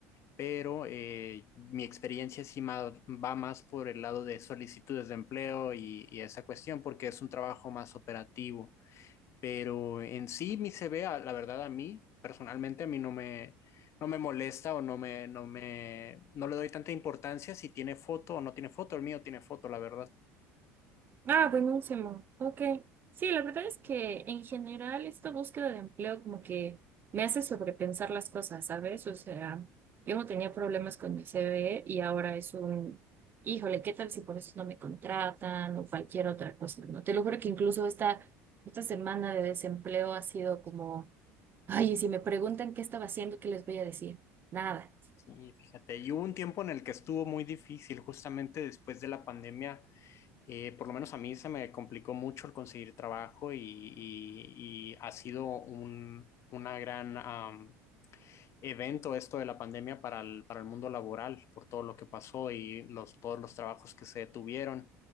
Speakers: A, on the left; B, on the right.
A: pero eh, mi experiencia sí ma- va más por el lado de solicitudes de empleo y, y esa cuestión, porque es un trabajo más operativo. Pero en sí mi CV, a- la verdad, a mí, personalmente, a mí no me, no me molesta o no me, no me, no le doy tanta importancia si tiene foto o no tiene foto. El mío tiene foto, la verdad.
B: Ah, buenísimo. Ok. Sí, la verdad es que en general esta búsqueda de empleo como que me hace sobrepensar las cosas, ¿sabes? O sea, yo no tenía problemas con mi C V y ahora es un, híjole, ¿qué tal si por eso no me contratan o cualquier otra cosa, ¿no? Te lo juro que incluso esta, esta semana de desempleo ha sido como, ay, y si me preguntan qué estaba haciendo, ¿qué les voy a decir? Nada.
A: Sí, fíjate. Y hubo un tiempo en el que estuvo muy difícil, justamente después de la pandemia. eh, por lo menos a mí se me complicó mucho el conseguir trabajo y, y- y ha sido un, una gran, am, evento esto de la pandemia para el, para el mundo laboral, por todo lo que pasó y los, todos los trabajos que se detuvieron.